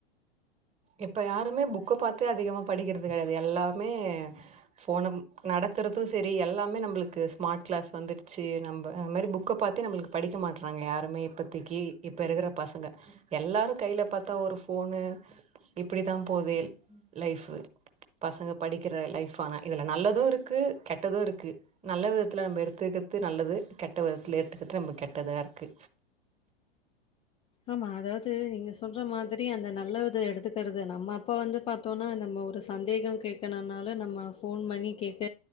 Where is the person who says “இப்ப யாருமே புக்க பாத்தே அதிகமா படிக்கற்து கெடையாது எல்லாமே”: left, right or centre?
Right